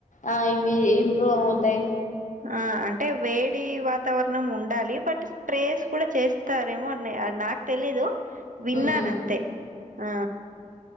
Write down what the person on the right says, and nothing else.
ఆ అంటే వేడి వా వాతావరణం ఉండాలి బట్ స్ప్రేస్ కూడా చేస్తారేమో అని నాకు తెలీదు విన్నానంతే
ఆ